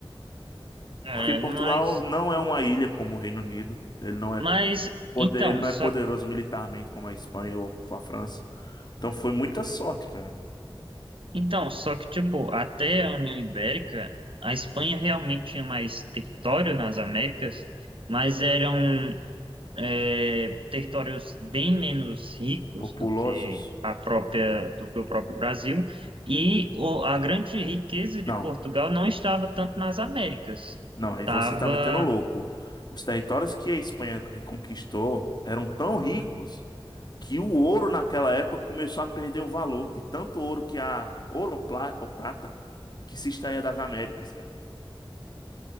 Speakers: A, on the right; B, on the left.
A: é,
B: Porque Portugal
A: mas,
B: não é uma ilha como o Reino Unido, ele não é
A: mas
B: poder,
A: então,
B: ele não
A: só
B: é poderoso militarmente como a Espanha ou a França. Então foi muita sorte, cara.
A: Então, só que, tipo, até a União Ibérica, a Espanha realmente tinha mais território nas Américas, mas eram é, territórios bem menos ricos
B: Populosos.
A: do que a própria, do que o próprio Brasil, e o- a grande riqueza de
B: Não.
A: Portugal não estava tanto nas Américas,
B: Não, aí
A: estava...
B: você tá metendo louco. Os territórios que a Espanha reconquistou eram tão ricos que o ouro naquela época começou a perder o valor de tanto ouro que a ouro ou pla- ou prata que se extraía das Américas, cara.